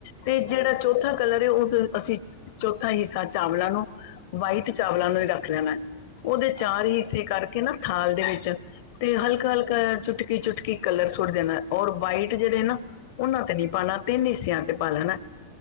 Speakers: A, on the left (about 50°); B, on the right (about 80°).
A: ਤੇ ਜਿਹੜਾ
B: ਹਾਂਜੀ
A: ਚੌਥਾ ਕਲਰ ਐ ਉਹ ਅਸੀਂ ਚੌਥਾ ਹਿੱਸਾ ਚਾਵਲਾਂ ਨੂੰ ਵਾਈਟ ਚਾਵਲਾਂ ਨੂੰ ਹੀ ਰੱਖ ਲੈਣਾ। ਉਹਦੇ ਚਾਰ
B: ਅੱਛਾ
A: ਹੀ ਸੀ। ਕਰਕੇ ਨਾ ਥਾਲ ਦੇ ਵਿੱਚ। ਤੇ ਹਲਕਾ,
B: ਹਾਂਜੀ
A: ਹਲਕਾ।
B: ਹਾਂਜੀ
A: ਚੁਟਕੀ, ਚੁਟਕੀ। ਕਲਰ ਸੁੱਟ ਦੇਣਾ ਔਰ ਵਾਈਟ ਜਿਹੜੇ ਨਾ ਉਹਨਾਂ ਤੇ ਨਹੀਂੀ ਪਾਉਣਾ ਤਿੰਨ ਹਿੱਸਿਆਂ ਤੇ ਪਾ ਲੈਣਾ